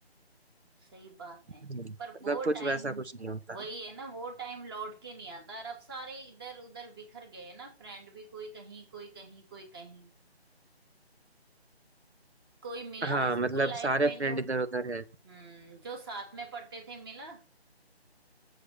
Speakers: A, on the right; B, on the right.
A: सही बात
B: हम्म।
A: है
B: मतलब
A: पर वो
B: कुछ
A: टाइम
B: वैसा कुछ नहीं होता
A: वही है ना वो टाइम लौट के नहीं आता और अब सारे इधर उधर बिखर गए हैं ना फ्रेंड भी कोई कहीं कोई कहीं कोई कहीं कोई मिला
B: हाँ
A: स्कूल
B: मतलब
A: लाइफ
B: सारे
A: में
B: फ्रेंड
A: जो
B: इधर उधर है
A: हम्म जो साथ में पढ़ते थे मिला